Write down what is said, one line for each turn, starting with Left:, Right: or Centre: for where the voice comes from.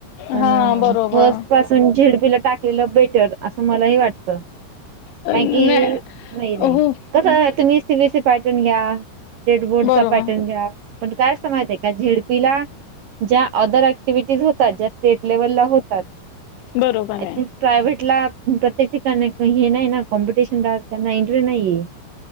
Right: पण
Left: हा बरोबर.
Right: फस्ट पासून झेड पी ला टाकलेलं बेटर असं मलाही वाटत, कारण
Left: नाही
Right: की, नाही, नाही
Left: हो
Right: कस आहे, तुम्ही C B S C pattern घ्या, स्टेट बोर्डचा
Left: बरोबर.
Right: पॅटर्न घ्या पण काय आसत माहितय का? झेडपीला ज्या अदर अँक्टिव्हिटीज होतात, ज्या स्टेट लेव्हलला होतात.
Left: बरोबर
Right: आय
Left: आहे.
Right: थिंक प्रायव्हेटला प्रत्येक ठिकाणी हे नाही ना, कॉम्पिटिशन ला त्यांना इंट्री नाहीये.